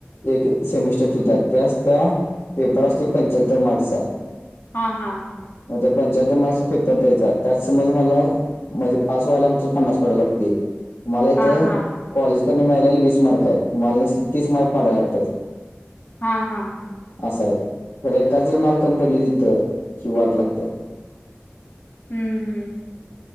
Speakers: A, on the left; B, on the left.
A: एक सेमिस्टर ठिवतात... त्या असत्या... पेपर असतो पंच्याहत्तर मार्कचा
B: हा हा
A: मग त्या <unintelligible> पेपर द्यायचा, त्या समज मला, म्हणजे पास व्हायला आमचं पन्नास पडायला लागतंय मला
B: हां
A: इथं,
B: हां
A: कॉलेजकडनं मिळालेले वीस मार्क हायेत मला फक्त तीस मार्क पाडायला लागत्यात
B: हा हा
A: असं ए... तर एकाद जर मार्क कमी पडली तिथं, की वाट लागतीया
B: हम्म... हम्म